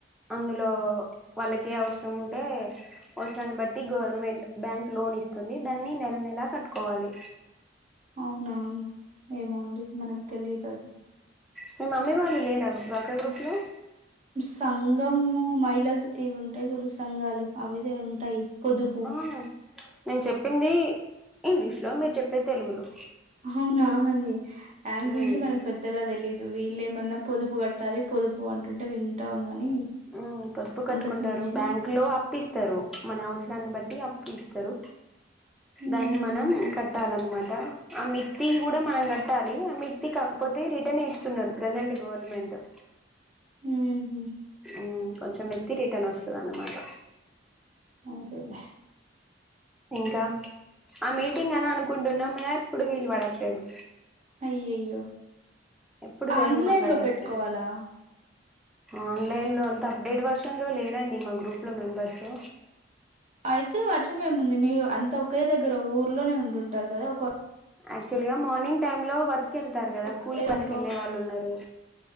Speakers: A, in the centre; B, on the right.
A: అందులో వాళ్ళకి ఏ అవసరం ఉంటే అవ్సరాన్న్ బట్టి గోర్నమెంట్ బ్యాంక్ లోన్ ఇస్తుంది దాన్ని నెల్ నెలా కట్టుకోవాలి
B: అవునామ్ ఏమొ అండి మనక్ తెలీదది
A: మీ మమ్మీ వాళ్ళు లేరా డ్వాక్రా గ్రూప్ లో
B: సంఘము మహిళ ఇవ్వుంటాయ్ జూడు సంఘాలు అవిదే ఉంటాయి పొదుపు
A: ఓ నేన్ చెప్పిందీ ఇంగ్లీష్ లో మీర్ చెప్పేద్ తెలుగులో
B: అవునా అది యాన్
A: ఉమ్,
B: గురించి మనక్ పెద్దగా దెలీద్ దు వీళ్ళే ఏమన్నా పొదుపు గట్టాలి పొదుపు అంటుంటే వింటాం గాని
A: ఆ పొదుపు కట్టుకుంటారు
B: అంతకు మించి
A: బ్యాంక్లో అప్ ప్పిస్తారు మన అవసరాన్న్ బట్టి అప్పీస్తరు
B: హ్మ్
A: దాన్ని మనం కట్టాలనమాట ఆ మిర్తీ గుడ మనం గట్టాలి ఆ మిర్తి కాకపోతే రిటర్న్ ఏస్తున్నాడు ప్రజెంట్ గోర్నమెంటు
B: ఊహు
A: ఊ కొంచమెత్తి రిటర్నొస్తదన్నమాట
B: అదెలే
A: ఇంకా ఆ మీటింగని అనుకుంటున్నాం మేమెప్పుడు వీలు బడట్లేదు
B: అయ్యయ్యో
A: ఎప్పుడు రేన్
B: ఆండ్లైన్
A: మాకు అడ్డొస్తుంది
B: లో పెట్ట్కోవాలా
A: ఆన్లైన్ లో అంత అప్డేట్ వర్షన్లో లేరండి మా గ్రూప్లో మెంబర్సు
B: అయితే వర్షమేముంది మీరు అంతా ఒకే దగ్గెర ఊర్లోనే ఉండుంటారు గదా ఒకొ
A: యాక్చువల్ గా మార్నింగ్ టైమ్ లో వర్కెళ్తారు గదా
B: ఒక
A: కూల్ పనికెళ్ళే
B: ఇంట్లో
A: వాళ్ళున్నారు